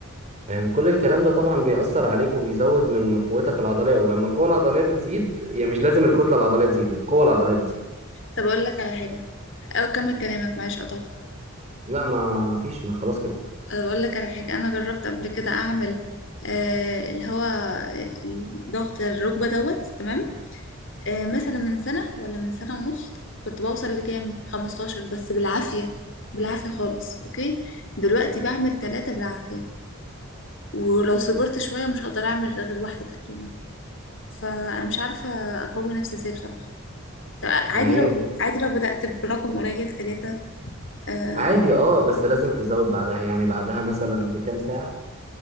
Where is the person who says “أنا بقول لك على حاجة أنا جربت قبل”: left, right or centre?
Left